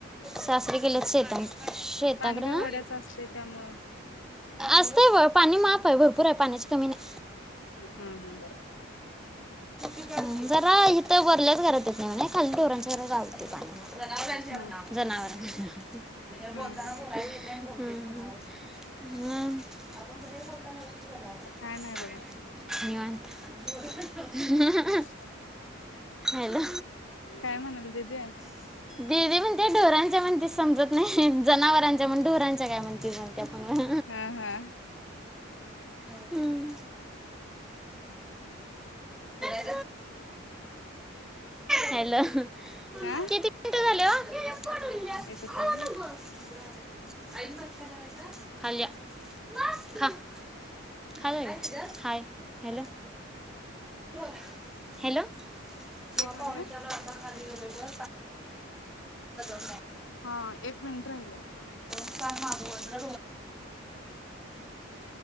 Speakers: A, in the centre; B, on the left.
A: सासरे गेल्यात शेता शेताकड
B: पाणी काय
A: हां
B: वड्याच असते त्यामुळं
A: असतंय व्हय पाणी माप आहे भरपूर भरपूर आहे पाण्याची कमी नाही...
B: हा हा
A: हं जरा इथं वरल्याच घरात येत नाही <unintelligible> <unintelligible>
B: हा हा हा हा काय नाही बघा <inaudible>
A: हॅलो
B: काय म्हणाल दिदी
A: दीदी म्हणत्या ढोरांच्या म्हणतीस समजत नाही जनावरांच्या म्हण ढोरांच्या काय म्हणती म्हण...
B: हा हा
A: <unintelligible> हं <unintelligible> हॅलो
B: हा
A: किती मिनिटे झाले ओ? <unintelligible>
B: एकच मिनिट
A: हॅलो..... <unintelligible> हॅलो कवा
B: एक
A: पावणेचार
B: मिनिट
A: वाजता <unintelligible>
B: हा एक मिनिट राहिलाय.....
A: नाही